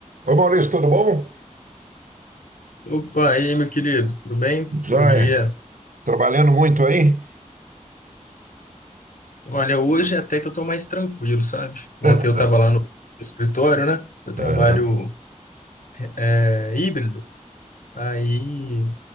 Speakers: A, on the right; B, on the left.
A: Ô Maurício, tudo bom?
B: Opa, e aí, meu querido, tudo bem?
A: Joia.
B: Bom dia.
A: Trabalhando muito aí?
B: Olha, hoje até que eu tô mais tranquilo, sabe? Ontem
A: <laughs>
B: eu tava lá no, no escritório, né? Eu trabalho
A: Aham.
B: é, híbrido, aí